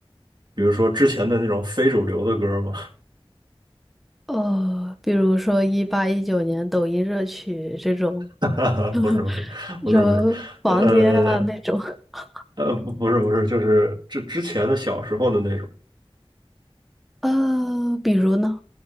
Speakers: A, on the right; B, in the centre.
A: 比如说之前的那种非主流的歌儿吗？
B: 呃，比如说一八一九年抖音热曲这种，
A: <laughs> 不是不是不是不是，
B: <laughs> 什么房间啊那种。
A: 呃
B: <laughs>
A: 呃不不是不是，就是之之前的小时候的那种。
B: 呃，比如呢？